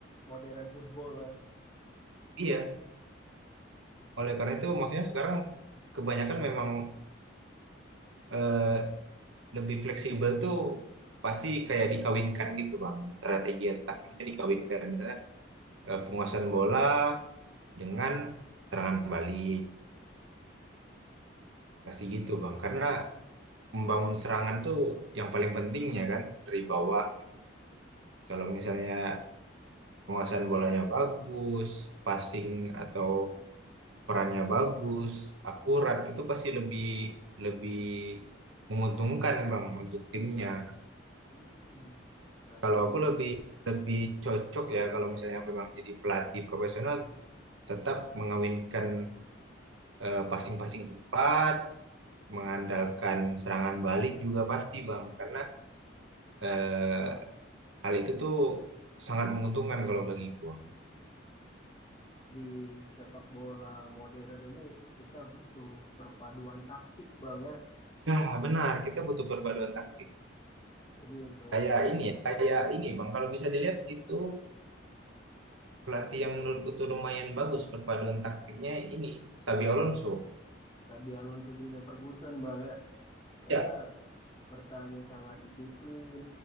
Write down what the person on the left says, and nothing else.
modern football ya.
Hmm, berarti
di sepak bola modern ini kita butuh perpaduan taktik bang ya.
Jadi untuk
Xabi Alonso di Leverkusen bang ya, mereka
bertanya sangat disiplin.